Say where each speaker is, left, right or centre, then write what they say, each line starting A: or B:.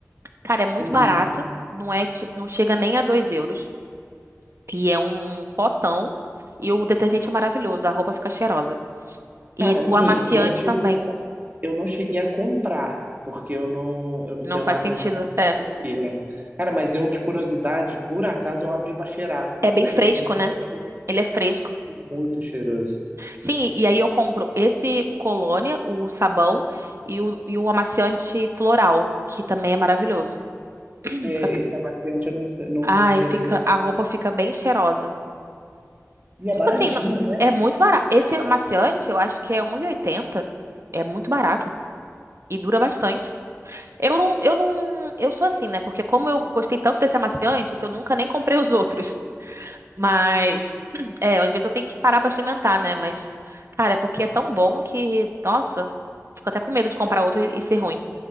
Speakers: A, on the right; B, on the right.
A: Cara, é muito
B: Uhum.
A: barato. Não é, tipo, não chega nem a 2 euros. E é um potão. E o detergente é maravilhoso, a roupa fica cheirosa. E
B: Cara, assim,
A: o amaciante
B: eu não cheguei.
A: também.
B: Eu não cheguei a comprar, porque eu não, eu não
A: Não
B: tenho
A: faz
B: máquina
A: sentido.
B: de lavar roupa.
A: É.
B: Cara, mas eu, de curiosidade, por acaso eu abri pra cheirar. Nossa,
A: É bem fresco,
B: é muito
A: né?
B: cheiroso,
A: Ele é fresco.
B: muito cheiroso.
A: Sim, e e aí eu compro esse Colônia, o sabão e o, e o amaciante floral, que também é maravilhoso. <clears throat>
B: É,
A: Fica-
B: esse amaciante eu não, se- não,
A: ai,
B: não cheirei.
A: fica, a roupa fica bem cheirosa.
B: E é
A: Tipo
B: baratinho,
A: assim, não-
B: né?
A: é muito barato. Esse amaciante, eu acho que é um e oitenta É muito barato e dura bastante. Eu não, eu não, eu sou assim, né? Porque como eu gostei tanto desse amaciante que eu nunca nem comprei os outros. Mas, <clears throat> é, às vezes eu tenho que parar pra experimentar, né? Mas, cara, é porque é tão bom que, nossa, fico até com medo de comprar outro e, e ser ruim.